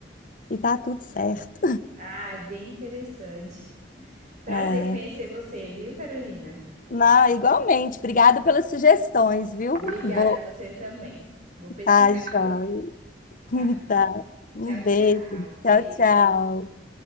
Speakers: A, on the left; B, on the right.
A: e tá tudo certo.
B: ah, bem interessante. Prazer
A: É.
B: conhecer você, viu, Carolina?
A: Não, igualmente. Obrigada pelas sugestões, viu?
B: Obrigada,
A: Vou.
B: você também. Vou pesquisar
A: Tá, Jó.
B: sobre. Tá
A: <laughs>
B: bom.
A: Tá. Um
B: Tchau,
A: beijo.
B: tchau. Beijo.
A: Tchau, tchau.